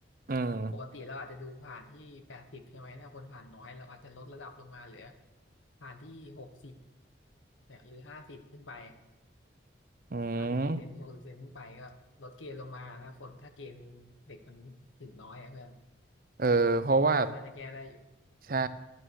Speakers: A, on the right; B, on the left.
A: อืม
B: ปกติเราอาจจะดูผ่านที่แปดสิบใช่ไหมถ้าคนผ่านน้อยเราอาจจะลดระดับลงมาเหลือผ่านที่หกสิบเนี่ยหรือห้าสิบขึ้นไป
A: อืม
B: ห้าสิบเปอร์เซ็นต์หรือหกสิบเปอร์เซ็นต์ขึ้นไปก็ลดเกณฑ์ลงมาถ้าคนถ้าเกณฑ์เด็กมันถึงน้อยอ่ะเพื่อน
A: เออเพราะว่า
B: คิดว่าน่าจะแก้ได้อยู่
A: ใช่